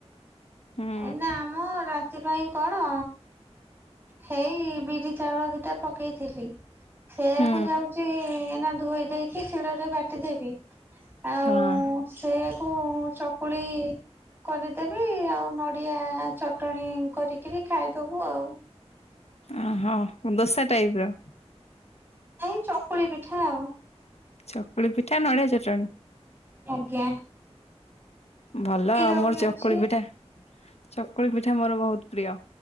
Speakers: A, on the left; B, on the right.
A: ହୁଁ
B: ଏ ନାମ ରାତି ପାଇଁ କଣ? ହେଇ ବିରି ଚାଉଳ ଦିଟା ପକେଇଥିଲି। ସେଆକୁ
A: ହୁଁ
B: ଯାଉଚି ଏଇନା ଧୋଇ ଦେଇକି, ଶିଳରେ ବାଟିଦବି। ଆଉ
A: ହଁ
B: ସେଇଆକୁ ଚକୁଳି କରିଦେବି, ଆଉ ନଡ଼ିଆ ଚଟଣି କରିକିରି ଖାଇଦେବୁ ଆଉ।
A: ଓହୋ, ଦୋସା ଟାଇପ୍ ର।
B: ଏଇ ଚକୁଳି ପିଠା ଆଉ।
A: ଚକୁଳି ପିଠା, ନଡ଼ିଆ ଚଟଣି।
B: ଆଜ୍ଞା।
A: ଭଲ
B: କ୍ଷୀର
A: ଆଉ, ମୋର
B: ବି
A: ଚକୁଳି
B: ଅଛି।
A: ପିଠା ଚକୁଳି ପିଠା ମୋର ବହୁତ ପ୍ରିୟ,